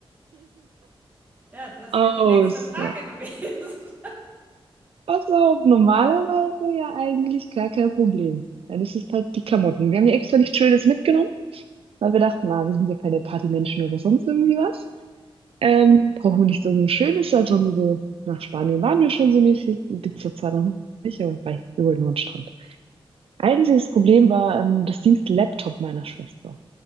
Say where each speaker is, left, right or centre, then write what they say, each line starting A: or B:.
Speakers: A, on the right (about 20°); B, on the right (about 75°).
A: ja, das
B: Aus.
A: wäre die nächste Frage gewesen. <laughs>
B: Was auch normalerweise ja eigentlich gar kein Problem. Dann ist es halt die Klamotten. Wir haben ja extra nichts Schönes mitgenommen, weil wir dachten, na, wir sind ja keine Partymenschen oder sonst irgendwie was. Ähm, brauchen wir nicht so ein Schönes, einfach nur so, nach Spanien waren wir schon so mäßig, Ibiza zwar noch nicht, aber wei, wir wollten nur an den Strand. Einziges Problem war ähm, das Dienstlaptop meiner Schwester.